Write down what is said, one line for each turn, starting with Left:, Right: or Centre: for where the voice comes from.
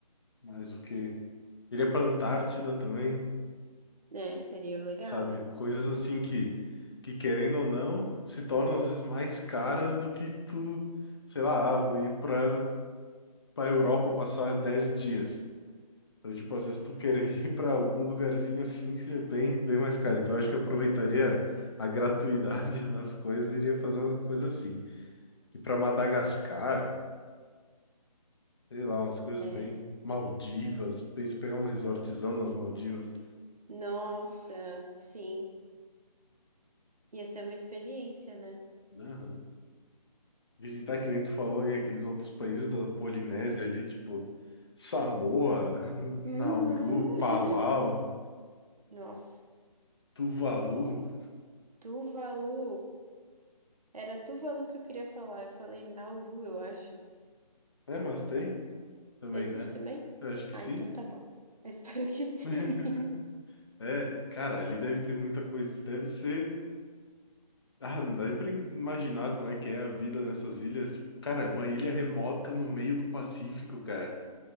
Left: Mas o quê? Ele é pra Antártida também,
Right: É, é, seria legal.
Left: sabe? Coisas assim que, que querendo ou não, se tornam às vezes mais caras do que tu, sei lá, ah, vou ir pra, pra Europa passar 10 dias. Então, tipo, às vezes tu querer <laughs> ir pra algum lugarzinho assim, é bem, bem mais caro. Então, eu acho que eu aproveitaria a gratuidade <laughs> das coisas e iria fazer uma coisa assim. E pra Madagascar, sei lá, umas coisas
Right: É.
Left: bem Maldivas, pensa em pegar um resortzão nas Maldivas,
Right: Nossa, sim. Ia ser uma experiência, né?
Left: né? Visitar, que nem tu falou aí, aqueles outros países da Polinésia ali, tipo Samoa, <laughs>
Right: Uhum.
Left: Nauru, Palau,
Right: <laughs> Nossa,
Left: Tuvalu.
Right: Tuvalu. Era Tuvalu que eu queria falar. Eu falei Nauru, eu acho.
Left: É, mas tem também,
Right: Existe
Left: né?
Right: também?
Left: Eu acho que
Right: Ah,
Left: sim.
Right: então tá bom. Eu <laughs> espero que sim.
Left: <laughs>
Right: <laughs>
Left: É, cara, ali deve ter muita coisa. Deve ser. Ah, não dá nem pra imaginar como é que é a vida nessas ilhas. Cara, é uma ilha remota no meio do Pacífico, cara.